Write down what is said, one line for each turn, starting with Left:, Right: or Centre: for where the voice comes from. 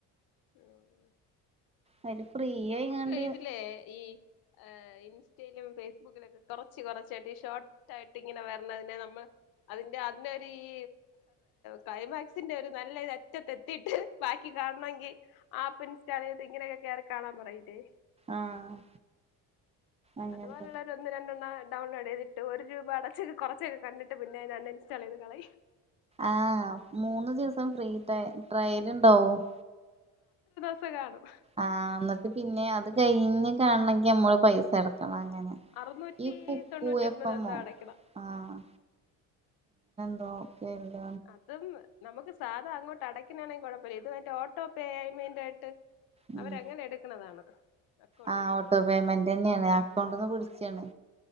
Left: <unintelligible>
Right: അതില് ഫ്രീ
Left: നമ്മക്ക്
Right: ആയിങ്ങാണ്ട്
Left: ഇതിലെ ഈ ഏഹ് ഇൻസ്റ്റയിലും ഫേസ്ബുക്കിലുവൊക്കെ കൊറച്ച് കൊറച്ചായിട്ട് ഈ ഷോർട്ടായിട്ട് ഇങ്ങനെ വരണതിനെ നമ്മള് അതിന്റെ അതിനൊരു ഈ ക്ലൈമാക്സിന്റെ ഒരു നല്ല ഇത് അറ്റത്തെത്തീട്ട് ബാക്കി കാണണെങ്കി ആപ്പിൻസ്റ്റാള് ചെയ്ത് ഇങ്ങനെയൊക്കെ കേറി കാണാൻ പറയില്ലേ
Right: ആഹ് അങ്ങനത്തെ
Left: അതുപോലുള്ളൊരു ഒന്ന് രണ്ടെണ്ണം ഡൗൺലോഡ് ചെയ്തിട്ട് ഒരു രൂപ അടച്ച് കൊറച്ചൊക്കെ കണ്ടിട്ട് പിന്നെ അൺ ഇൻസ്റ്റാള് ചെയ്ത് കളയും.
Right: ആഹ് മൂന്ന് ദിവസം ഫ്രീട്ട ട്രയലിണ്ടാവും.
Left: സം കാണും.
Right: ആഹ് എന്നട്ട് പിന്നേ അത് കഴിഞ്ഞ് കാണണെങ്കി നമ്മള് പൈസ അടക്കണം അങ്ങനെ
Left: അറുനൂറ്റി
Right: ഈ കുക്കു
Left: തൊണ്ണൂറ്റി ഒൻപതോ
Right: എഫ് എമ്മോ
Left: എന്തോ അടക്കണം.
Right: ആഹ് <unintelligible>
Left: അതും നമുക്ക് സാധാ അങ്ങോട്ട് അടക്കിനാണെങ്കിൽ കൊഴപ്പവില്ല ഇത് മറ്റെ ഓട്ടോ പേഅയ്മെന്റായിട്ട്
Right: ഉം
Left: അവരങ്ങനെ എടുക്കണതാണ്. അക്കൗണ്ടിന്ന്
Right: ആഹ് ഓട്ടോ പേയ്മെന്റെന്നേണ്
Left: ഉം
Right: അക്കൗണ്ടീന്ന്
Left: ഉം
Right: പിടിച്ചണ്